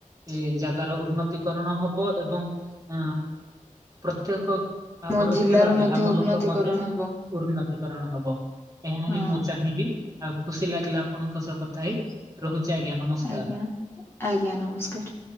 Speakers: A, on the right; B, on the left.
A: ଏ ଜାଗାର ଉନ୍ନତିକରଣ ହବ ଏବଂ ଅ ପ୍ରତ୍ୟେକ ବା
B: ମୋ
A: ପରୋକ୍ଷ
B: ଜିଲ୍ଲାର
A: ଭାବେ
B: ମଧ୍ୟ
A: ଆମ
B: ଉନ୍ନତିକରଣ
A: ଲୋକ ମଧ୍ୟ
B: ହବ
A: ଉନ୍ନତି କରଣ ହବ। ଏହା
B: ହଁ
A: ହିଁ ମୁଁ ଚାହିଁବି ଆଉ ଖୁସି ଲାଗିଲା ଆପଣଙ୍କ ସହ କଥା ହେଇ ରହୁଛି ଆଜ୍ଞା, ନମସ୍କାର୍।
B: ଆଜ୍ଞା ଆଜ୍ଞା, ନମସ୍କାର୍।